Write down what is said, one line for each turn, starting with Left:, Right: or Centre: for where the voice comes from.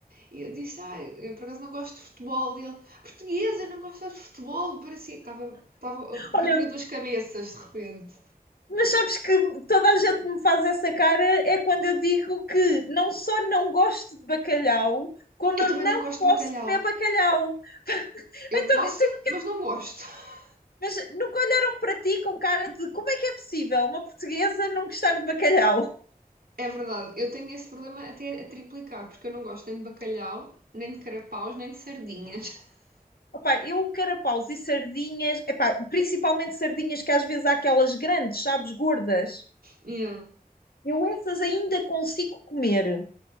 Right: E eu disse, ah, eu por acaso não gosto de futebol. E ele, portuguesa, eu não gosto de futebol. Parecia que estava, estava,
Left: Olha,
Right: que eu tinha duas cabeças de repente.
Left: mas sabes que toda a gente me faz essa cara é quando eu digo que não só não gosto de bacalhau, como
Right: Eu
Left: eu
Right: também
Left: não
Right: não gosto
Left: posso
Right: de bacalhau.
Left: comer bacalhau.
Right: Eu
Left: Então,
Right: posso,
Left: tu,
Right: mas não gosto. <laughs>
Left: mas nunca olharam para ti com cara de como é que é possível uma portuguesa não gostar de bacalhau?
Right: É verdade, eu tenho esse problema até a triplicar, porque eu não gosto nem de bacalhau, nem de carapaus, nem de sardinhas. <laughs>
Left: Opá, eu carapaus e sardinhas, epá, principalmente sardinhas que às vezes há aquelas grandes, sabes, gordas.
Right: Yeah.
Left: Eu essas ainda consigo comer.